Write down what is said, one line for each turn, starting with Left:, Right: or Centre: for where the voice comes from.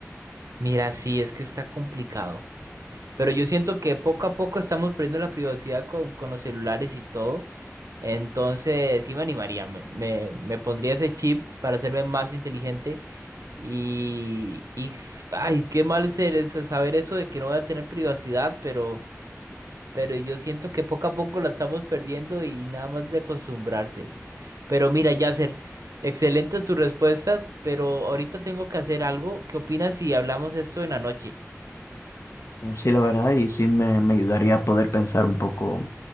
Right: Mira, sí, es que está complicado. Pero yo siento que poco a poco estamos perdiendo la privacidad con, con los celulares y todo. Entonces, sí me animaría, me, me, me pondría ese chip para hacerme más inteligente. Y, y, ay, qué mal ser eso, saber eso de que no voy a tener privacidad, pero, pero yo siento que poco a poco la estamos perdiendo y nada más de acostumbrarse. Pero mira, Yasser, excelentes tus respuestas, pero ahorita tengo que hacer algo. ¿Qué opinas si hablamos esto en la noche?
Left: No, sí, la verdad, y sí me, me ayudaría a poder pensar un poco